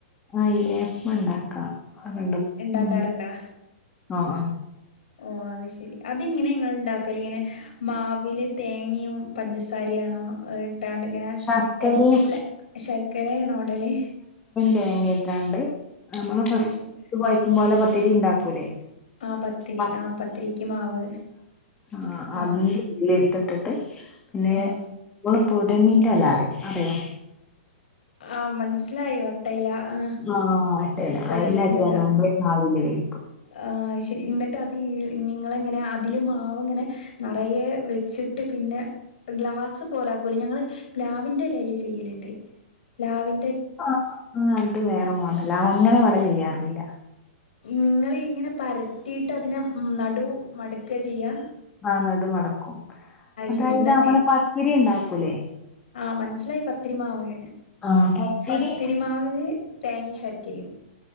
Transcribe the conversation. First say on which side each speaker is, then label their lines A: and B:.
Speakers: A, on the left; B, on the left.
A: ആല്ലേപ്പ്മ ഉണ്ടാക്കാം രണ്ടും
B: ഉണ്ടാക്കാറുണ്ടാ
A: ഉം ആഹ് ആഹ്
B: ഓ അത് ശരി അതിങ്ങനെങ്ങ ഉണ്ട ഇങ്ങനെ മാവില തേങ്ങയും പഞ്ചസാരിയാണോ കിട്ടാണ്ട് ഇങ്ങനെ
A: ശർക്കരയും
B: എപ്ല ശർക്കരണോടല്
A: തേങ്ങിട്ടാണ്ട് നമ്മള് ഫസ്റ്റ്
B: ശരി
A: വഴക്കുമ പോലെ പത്തിരി ഉണ്ടാക്കൂലേ
B: ആഹ് പത്തിരി
A: ആ
B: ആഹ് പത്തിരിക്ക് മാവ്
A: ആ അ
B: ആഹ് അത്
A: എടുത്തിട്ട പിന്നെ
B: ആഹ്
A: നമ്മള പൂടണ്ണീന്റെ അല്ല അറിയ അറിയോ
B: ആ മനസ്സിലായി വട്ടയില ആ
A: ആഹ് മറ്റേ എല
B: പുഴ
A: അയില
B: എണ്ണേറല
A: ഇട്ട്കാണ്ട് ആവിയില് വേവിക്കും
B: ആഹ് ശരി എന്നിട്ട് ങ്ങനെ അ മാവങ്ങനെ നിറയെ വെച്ചിട്ട് പിന്നെ ഗ് ഗ്ലാസുംപോലാകും ഞങ്ങൾ പ്ലാവിന്റെ ഇലെല് ചെയ്യല്ണ്ട് പ്ലാവി
A: ആ ആ അത് വേറെ മോണ്ടല്ല അ അങ്ങനെ ഇവിടെ ചെയ്യാറില്ല
B: നിങ്ങൾ ഇങ്ങനെ പരത്തിയിട്ട് അതിനെ നടു മടക്കുക ചെയ്യുക
A: ആ നടുമടക്കും അതായത്
B: ശരി എന്നിട്ട്
A: നമ്മള് പക്കരി ഉണ്ടാക്കൂലേ
B: ആഹ് മനസ്സിലായി പത്തിരിമാവ്
A: ആ പത്തിരി
B: പത്തിരിമാവല് തേങ്ങ ശർക്കരയും